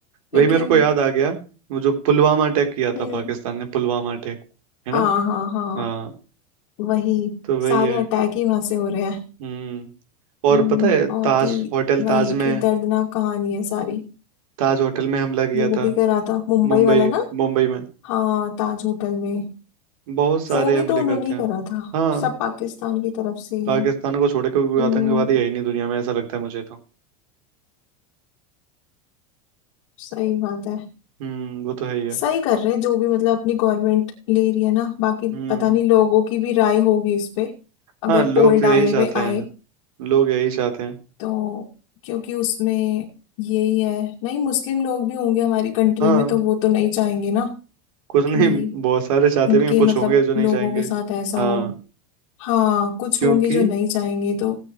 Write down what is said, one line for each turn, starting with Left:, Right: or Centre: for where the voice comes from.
Right: वही
Left: लेकिन
Right: मेरे को याद आ गया वो जो पुलवामा अटैक किया
Left: हम्म
Right: था पाकिस्तान ने पुलवामा अटैक है
Left: हाँ
Right: ना
Left: हाँ हाँ
Right: हाँ
Left: वही
Right: तो वही
Left: सारे
Right: है
Left: अटैक ही वहां से हो रहे हैं
Right: हम्म और
Left: हम्म,
Right: पता है
Left: बहुत
Right: ताज
Left: ही
Right: होटल
Left: वही
Right: ताज
Left: है कि
Right: में
Left: दर्दनाक कहानी है सारी
Right: ताज होटल में हमला किया
Left: वो भी
Right: था
Left: करा था मुंबई
Right: मुंबई
Left: वाला ना
Right: मुंबई में
Left: हाँ ताज होटल में
Right: बहुत सारे
Left: वो भी
Right: हमले
Left: तो उन्होंने
Right: करते
Left: ही
Right: हैं
Left: करा था
Right: हाँ
Left: सब पाकिस्तान की तरफ से ही
Right: पाकिस्तान
Left: है
Right: को छोड़ के कोई
Left: हम्म
Right: आतंकवादी है ही नहीं दुनिया में ऐसा लगता है मुझे तो
Left: सही बात है
Right: हम्म वो तो है ही है
Left: सही कर रहे हैं जो भी मतलब अपनी गवर्नमेंट ले रही है ना बाकी
Right: हम्म
Left: पता नहीं लोगों की भी राय होगी इस पे
Right: हाँ
Left: अगर
Right: लोग
Left: पोल
Right: तो
Left: डालने
Right: यही चाहते
Left: पे आए
Right: हैं लोग यही चाहते हैं
Left: तो क्योंकि उसमें यही है नहीं मुस्लिम लोग भी होंगे हमारी कंट्री
Right: हाँ
Left: में तो वो तो नहीं चाहेंगे ना
Right: कुछ नहीं
Left: कि
Right: बहुत सारे चाहते
Left: उनके
Right: भी हैं कुछ
Left: मतलब
Right: होंगे जो नहीं
Left: लोगों
Right: चाहेंगे
Left: के साथ ऐसा
Right: हाँ
Left: हो हाँ कुछ
Right: क्योंकि
Left: होंगे जो नहीं चाहेंगे तो